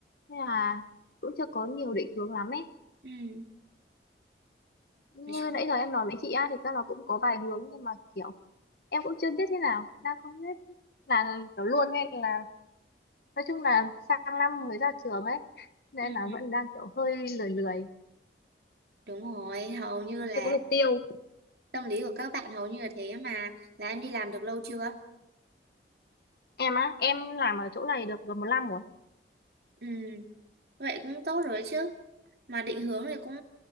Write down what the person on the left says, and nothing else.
nên là cũng chưa có nhiều định hướng lắm ấy.
Như
nãy giờ em nói với chị á, thì chắc là cũng có vài hướng nhưng mà kiểu em cũng chưa biết thế nào đang không biết là kiểu luôn hay là nói chung là sang năm mới ra trường ấy nên
là vẫn đang kiểu hơi lười lười
chưa có mục tiêu
em á em làm ở chỗ này được gần một năm rồi